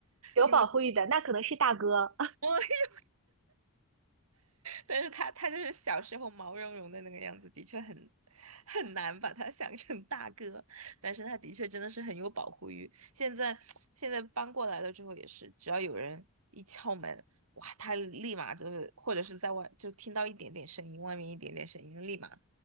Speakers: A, on the right (about 60°); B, on the right (about 85°).
A: 有保护欲的，
B: 因为
A: 那可能是大哥。
B: <laughs> 但是他他就是小时候毛茸茸的那个样子，的确很很难把他想成大哥。但是他的确真的是很有保护欲。现在 <tsk> 现在搬过来了之后也是，只要有人一敲门，哇，他立马就是，或者是在外就听到一点点声音，外面一点点声音，立马